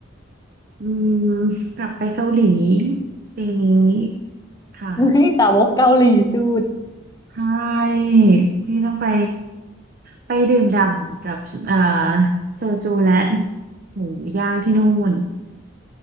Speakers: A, on the right; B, on the left.
A: อืมกลับไปเกาหลีปีนี้ค่ะ
B: <laughs> นี่สาวกเกาหลีสุด
A: ใช่ที่ต้องไปไปดื่มด่ำกับเอ่อโซจูและหมูย่างที่นู่น